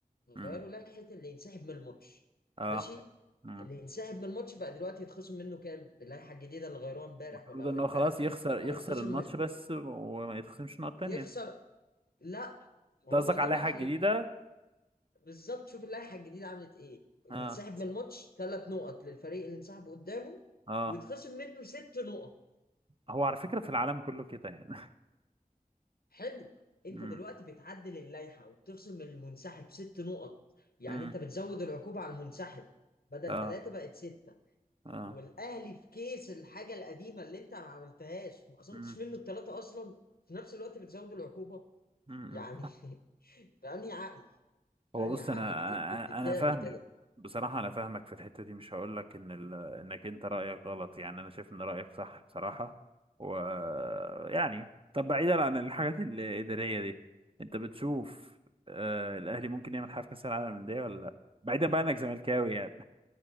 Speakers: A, on the left (about 85°); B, on the right (about 35°).
A: غيروا
B: مم.
A: لائحه اللي ينسحب من الماتش
B: اه
A: ماشي
B: مم.
A: اللي ينسحب من الماتش بقى دلوقتي يتخصم منه كام اللائحه الجديده اللي غيروها امبارح
B: المفروض
A: ولا اول
B: ان
A: امبارح
B: هو خلاص يخسر
A: بقى
B: يخسر
A: يتخصم
B: الماتش بس وما يتخصمش نقط تانية
A: يخسر
B: انت
A: لا ما
B: قصدك
A: هو ده
B: على
A: بقى
B: حاجة جديدة
A: بالظبط شوف اللائحه الجديده عملت ايه اللي
B: اه
A: يتسحب من الماتش ثلاث نقط للفريق اللي انسحب قدامه
B: اه
A: ويتخصم منه ست نقط
B: هو على فكرة في العالم كله كده يعني
A: حلو انت
B: <laughs> مم.
A: دلوقتي بتعدل اللائحه وبتخصم من المنسحب ست نقط يعني
B: مم.
A: انت بتزود العقوبه على المنسحب بدل
B: اه
A: ثلاثه بقت سته
B: اه
A: والاهلي في كيس الحاجه القديمه اللي انت ما عملتهاش ما خصمتش
B: مم.
A: منه الثلاثه اصلا في نفس الوقت بتزود العقوبه
B: مم.
A: يعني <laughs> بأني عقل
B: هو
A: بأني
B: بص
A: عقل
B: انا
A: بت- بت-
B: انا
A: بتعمل
B: أنا فاهمك
A: كده
B: بصراحه انا فاهمك في الحته دي مش هقول لك ان ال... انك انت رايك غلط يعني انا شايف ان رايك صح بصراحه و يعني طب بعيدا عن الحاجات الاداريه دي انت بتشوف آه الاهلي ممكن يعمل حاجه في كاس العالم للانديه ولا لا بعيدا بقى انك زملكاوي يعني